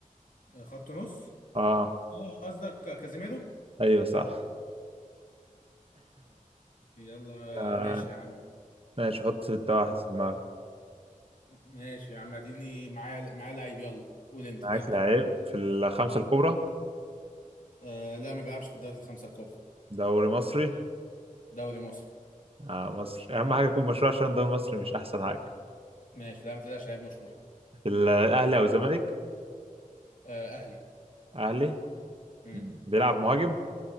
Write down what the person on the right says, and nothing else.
اه
ايوه صح
آه،
ماشي حط ستة واحد في دماغك
معاك
لعيب في الخمسة
الكبرى
دوري مصري
آه مصر أهم حاجة يكون مشروع عشان الدوري المصري مش أحسن حاجة
في الأهلي أو الزمالك
أهلي
بيلعب مهاجم